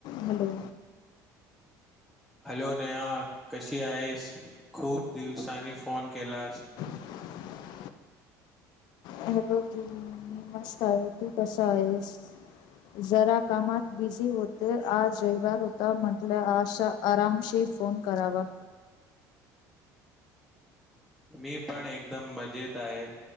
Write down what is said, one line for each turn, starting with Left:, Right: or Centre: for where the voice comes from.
Left: हॅलो
Centre: हॅलो नेहा कशी आहेस, खूप दिवसांनी फोन केलास.
Left: <unintelligible> हॅलो, बोल मी मस्त आहे. तू कसा आहेस? जरा कामात बिझी होते आज रविवार होता. म्हटलं आशा आरामशीर फोन करावा.
Centre: मी पण एकदम मजेत आहे.